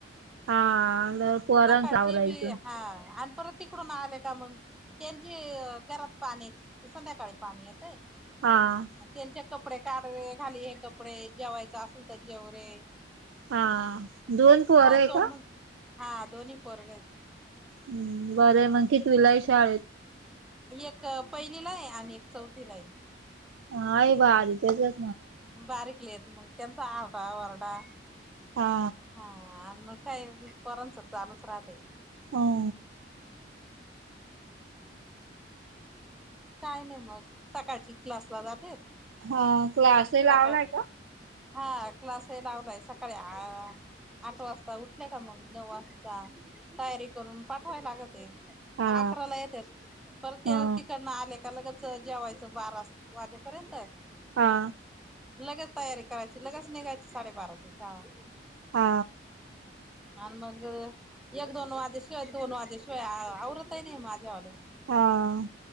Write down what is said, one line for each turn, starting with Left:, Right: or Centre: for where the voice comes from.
Right: हा लय पोरांच
Centre: काटाळची
Right: आवरायचं
Centre: बी हा आन. परत तिकडून आले का मग त्यांचे घरात पाणी संध्याकाळी पाणी येतंय.
Right: हा आ,
Centre: त्यांचे कपडे काढ रे घाल हे कपडे जेवायचं असेल तर जेवरे.
Right: हा दोन पोरय
Centre: तो
Right: का.
Centre: मग हा दोन्ही पोरग हाय.
Right: हम बरं मग कितवीला हाय शाळेत.
Centre: एक पहिलीला आहे आणि एक चौथीला हाय.
Right: हा हे बारीकच.
Centre: मग बारीकलेत मग त्यांचा आरडा वरडा.
Right: हा
Centre: हा आणि मग काय पोरांच चालूच राहते.
Right: हो,
Centre: मग. काय नाही मग सकाळची क्लास ला जातेत
Right: हा क्लास लावलाय
Centre: सकाळ.
Right: का
Centre: हा क्लास हे लावलेला सकाळी अ आठ वाजता उठ''--'' दे का मग नऊ वाजता तयारी करून पाठवाय लागते.
Right: हा
Centre: मग अकराला येत्यात परत
Right: हा
Centre: ती''--'' आले का लगेच जेवायचं बारा वाजेपर्यंत.
Right: हा,
Centre: लगेच तयारी करायची लगेच निघायचं साडेबाराची शाळा.
Right: हा,
Centre: आन मग. एक-दोन वाजे शिवाय दोन वाजे शिवाय आवरतही नाही माझ्याविना.
Right: हा आ,